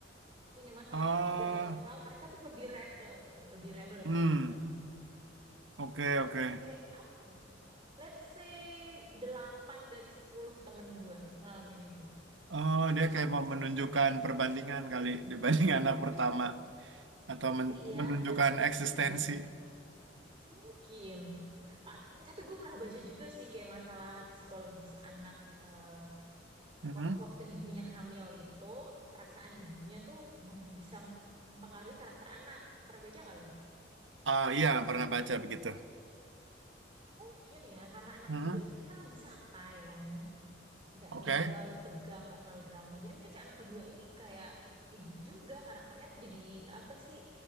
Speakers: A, on the right; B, on the right.
A: S- punya masalahnya
B: Oh,
A: tuh dalam hal mereka tuh lebih rebel gitu lebih rebel daripada
B: hmm,
A: anak pertama
B: oke
A: itu se-
B: oke.
A: kayak apa ya? let's say 8 dari 10 temen gue ngalamin itu
B: Oh, dia kayak mau
A: segitu
B: menunjukkan perbandingan kali dibanding <laughs> anak pertama atau
A: Kali
B: men-
A: ya,
B: menunjukkan
A: gak ngerti
B: eksistensi.
A: deh gue. Mungkin. Ah, Tapi gue pernah baca juga sih kayak masalah psikologis anak eh,
B: Mhm.
A: wak- waktu ibunya hamil itu, perasaan ibunya tuh mem- bisa mempengaruhi karakter anak. Pernah baca nggak lo?
B: Ah, iya, pernah baca begitu.
A: Mungkin ya, karena anak
B: Mhm.
A: kedua itu kita lebih santai kan ya. Nggak,
B: Oke.
A: nggak terlalu tegang, nggak terlalu drama. Jadi mungkin si anak kedua ini kayak ya gitu juga karakternya tuh jadi apa sih